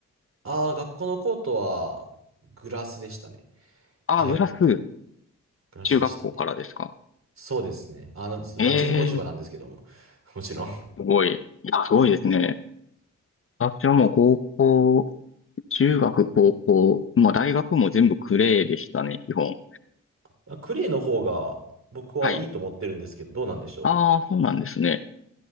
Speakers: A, on the right; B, on the left.
A: ああー、学校のコートは、グラスでしたね。
B: あ、
A: はい。
B: ブラス、
A: グラスでしたね。
B: 中学校からですか
A: そうですね。あの、
B: えー、
A: まあ、人工芝なんですけども。もちろん。
B: すごい。いや、すごいですね。私はもう高校、中学、高校、まあ大学も全部クレーでしたね、基本。
A: あクレーの方が、僕はいいと思ってるんですけど、
B: はい。
A: どうなんでしょう。
B: ああ、そうなんですね。